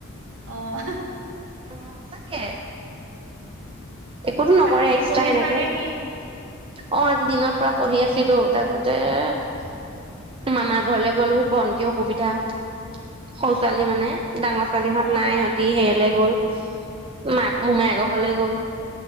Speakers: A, on the right; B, on the right.
A: অ',
B: অ সঁচাকে একোতো নকৰে
A: বাকী
B: এক্সট্ৰা
A: পঢ়িছা
B: সেনেকে
A: নে কি?
B: অ আজি দিনত পুৰা পঢ়ি আছে। আছিলো তাৰ পাছত তে মামাৰ ঘৰলৈ গ'লো ভন্তি অসুবিধা সৰু
A: অ',
B: ছোৱালী মানে ডাঙৰ ছোৱালী
A: অ',
B: মত নাই সিহঁতি সে ওলাই গ'ল মাক মোমাই আকৌ ঘলে গ'ল